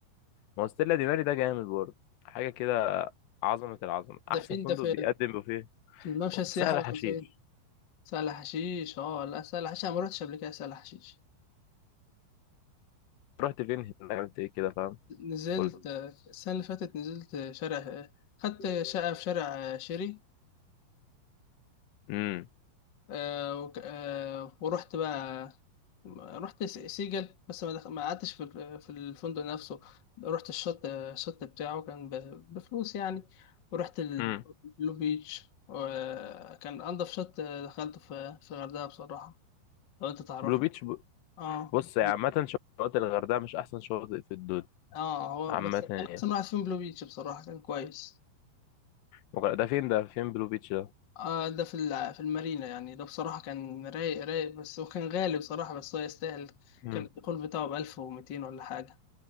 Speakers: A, on the left (about 80°); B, on the left (about 60°).
A: ما هو ستيلا دي ماري ده جامد برضه حاجه كده عظمه العظمه
B: ده
A: احسن
B: فين
A: فندق
B: ده في
A: بيقدم بوفيه
B: في الممشى السياحي
A: في سهل
B: ولا
A: حشيش
B: فين سهل حشيش اه لا سهل حشيش انا ما رحتش قبل كده سهل حشيش
A: رحت فين هناك عملت ايه كده فاهم
B: نزلت
A: قلت
B: السنة اللي فاتت نزلت شارع خدت شقة في شارع شيري
A: امم
B: آه، وك- آه، ورحت بقى رحت س- سيجل بس ما دخ... ما قعدتش في ال- في الفندق نفسه رحت الشط الشط بتاعه كان ب... بفلوس يعني ورحت البلو
A: امم
B: بيتش وكان انضف شط دخلته في في الغردقة بصراحة لو انت تعرفه
A: بلو بيتش ب...
B: اه
A: بص يا
B: بي-
A: عامه شواطئ الغردقه مش احسن شواطئ في الدنيا
B: اه هو
A: عامه
B: بس كان
A: يعني
B: احسن واحد فيهم بلو بيتش بصراحة كان كويس
A: وغ- ده فين ده فين بلو بيتش ده
B: آه ده في ال- في المارينا يعني ده بصراحة كان رايق رايق بس هو كان غالي بصراحة بس هو يستاهل
A: امم
B: كان الدخول بتاعه بألف ومتين ولا حاجة